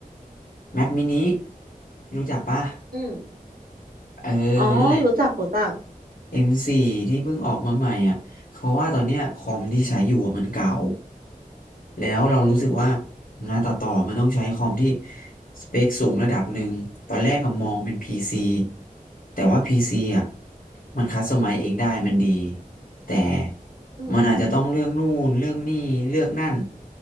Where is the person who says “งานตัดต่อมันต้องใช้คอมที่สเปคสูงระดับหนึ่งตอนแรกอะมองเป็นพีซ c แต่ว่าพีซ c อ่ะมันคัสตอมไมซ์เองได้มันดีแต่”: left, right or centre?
Left